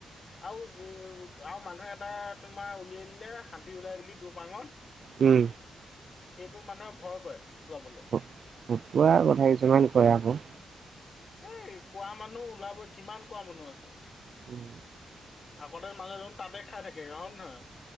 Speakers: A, on the left; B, on the right.
A: আৰু -আৰু মানুহে এটা তোমাৰ উলিয়াই দিলে শান্তি ওলাই বুলি দৰ্বাঙত।
B: উম
A: সেইটো মানুহে ভয় কৰে। যাবলে
B: ফতুৱা কথা কিছুমান কয় আকৌ
A: এ কোৱা মানুহ ওলাবই কিমান কোৱা মানুহ আছে
B: উম
A: আগতে মানুহজন তাতে খাই থাকে হয় নে নহয়